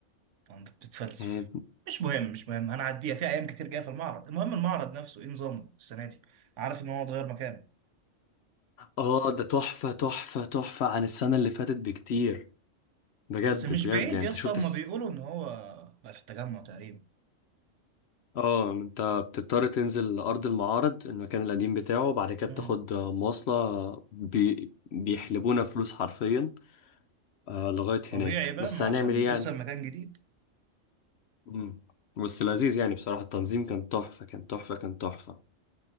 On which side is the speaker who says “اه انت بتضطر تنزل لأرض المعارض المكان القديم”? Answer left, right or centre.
Left